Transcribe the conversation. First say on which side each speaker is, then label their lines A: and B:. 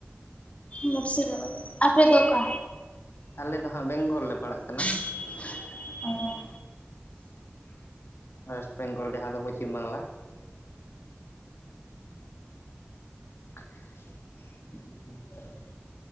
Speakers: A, on the left (about 35°); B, on the left (about 80°).
A: ᱢᱩᱥᱤᱫᱟᱵᱟᱫᱽ ᱟᱯᱮ ᱫᱚ ᱚᱠᱟ?
B: ᱟᱞᱮ ᱫᱚ ᱦᱟᱸᱜ ᱵᱮᱝᱜᱚᱞ ᱞᱮ ᱯᱟᱲᱟᱜ ᱠᱟᱱᱟ᱾
A: <inaudible> ᱚᱸ
B: ᱚᱭᱮᱥᱴ ᱵᱮᱝᱜᱚᱞ ᱡᱟᱦᱟᱸ ᱫᱚ ᱯᱚᱪᱷᱤᱢ ᱵᱟᱝᱞᱟ᱾ <unintelligible>